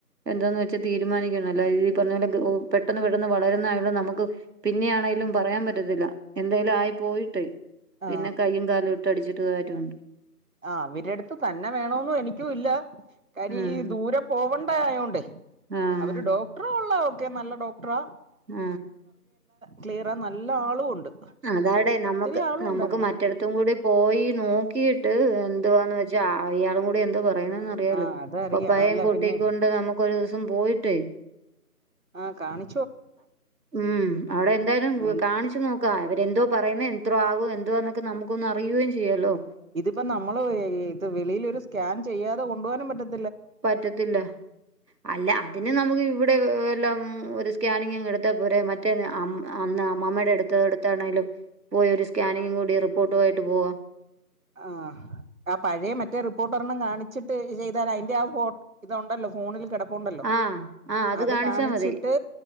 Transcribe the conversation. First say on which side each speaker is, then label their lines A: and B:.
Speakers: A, on the right; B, on the right.
A: എന്താെന്ന് വെച്ചൽ തീരുമാനിക്കുന്നു അല്ലഈ പറഞ്ഞ പോലെ പെട്ടെന്ന് പെട്ടന്ന് വളരുന്ന ആണെ നമുക്ക് പിന്നെയാണെങ്കിലും ഒന്നും പറയാൻ പറ്റത്തില്ല എന്തേലും ആയി പോയിട്ട്
B: ആ
A: പിന്നെ കയ്യും കാലും ഇട്ട് അടിച്ചിട്ട് കാര്യുണ്ട്
B: ആ അവരുടുത്ത് തന്നെ വേണന്നും എനിക്കും ഇല്ല കാര്യ
A: ഉം
B: ഈ ദൂരെ പോവണ്ട ആയോണ്ട്
A: ആഹ്
B: അവര് ഡോക്ടറ ഉള്ള ഒക്കെ നല്ല ഡോക്ടറാ
A: ആ
B: ക്ലിയറ ആ നല്ല ആളും ഉണ്ട്
A: അതാടെ നമുക്ക്
B: ഒത്തിരി ആളും
A: നമുക്ക്
B: ഉണ്ടായിരുന്നു
A: മറ്റടത്തും കൂടി പോയി നോക്കിയിട്ട് എന്ന് വെച്ചാ അയാളും കൂടി എന്ത് പറയുന്നന്ന് അറിയാലോ
B: ആ അതറിയാം
A: പപ്പപ്പായയും
B: അല്ല
A: കുട്ട
B: പിന്നെ
A: കൊണ്ട് നമുക്കൊരു <unintelligible> പോയിട്ടേ
B: ആഹ് കാണി
A: ഉം അവിടെ എന്തായാലും
B: എന്ത്
A: കാണിച്ചു നോക്ക് ക്കാ ആ ഇവരെന്തോ പറയുന്നത് എത്രോ ആകോ എന്തോന്നൊക്കെ നമുക്കൊ ഒന്ന് അറിയുകയും ചെയ്യാലോ
B: ഇതിപ്പോ നമ്മള് ഇത് വെളിലൊരു സ്കാൻ ചെയ്യാതെ കൊണ്ടുപകാനും പറ്റത്തി
A: പറ്റത്തില്ല അല്ല അതിന് നമുക്ക് ഇവിടെ എല്ലാം ഒരു സ്കാനിംഗ് അങ്ങ് എടുത്ത പോരെ മറ്റേ അം അന്ന് അമ്മമ്മേടെ അടുത്ത് എടുത്തണേലും പോയി ഒരു സ്കാനിങ്ങും കൂടി റിപ്പോർട്ടു ആയിട്ട് പോവാം
B: ആഹ് ആ പഴയ മറ്റേ റിപ്പോർട്ട് കാണിച്ചിട്ട് ചെയ്താൽ അതിന്റെ ആ ഫോ ഉണ്ടല്ലോ ഫോണിൽ കിടപ്പുണ്ടല്ലോ
A: ആ ആ
B: അത്
A: കാണിച്ചാൽ
B: കാണിച്ചിട്ട്
A: മതി